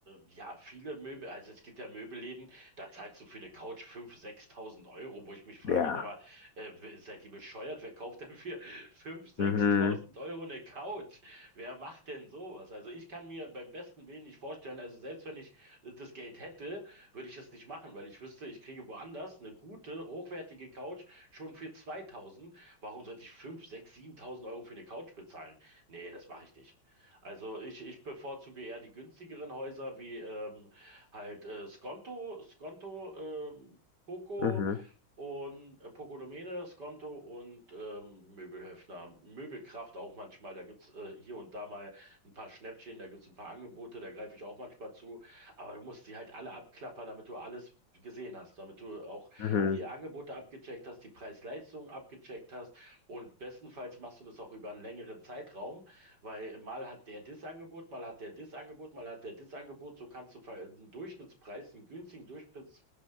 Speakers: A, on the right; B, on the left.
A: äh, ja, viele Möbel, also es gibt ja Möbelläden, da zahlst du für eine Couch 5.000, 6.000 Euro, wo ich mich frage,
B: Ja.
A: sag mal, äh, w- seid ihr bescheuert? Wer kauft denn für 5.000, sechstausend
B: Mhm.
A: Euro eine Couch? Wer macht denn sowas? Also ich kann mir beim besten Willen nicht vorstellen, also selbst wenn ich äh, das Geld hätte, würde ich es nicht machen, weil ich wüsste, ich kriege woanders eine gute, hochwertige Couch schon für 2000. Warum sollte ich 5, 6, 7.000 Euro für eine Couch bezahlen? Nee, das mache ich nicht. Also ich, ich bevorzuge eher die günstigeren Häuser wie ähm, halt äh, Skonto, Skonto, ähm, Poco
B: Mhm.
A: und äh, Poco Domene, Skonto und ähm, Möbelhöfner, Möbelkraft auch manchmal. Da gibt's äh, hier und da mal ein paar Schnäppchen, da gibt's ein paar Angebote, da greife ich auch manchmal zu. Aber du musst die halt alle abklappern, damit du alles gesehen hast, damit du auch
B: Mhm.
A: die Angebote abgecheckt hast, die Preis-Leistung abgecheckt hast und bestenfalls machst du das auch über einen längeren Zeitraum, weil mal hat der das Angebot, mal hat der das Angebot, mal hat der das Angebot, so kannst du ver- einen Durchschnittspreis, einen günstigen Durchpritz-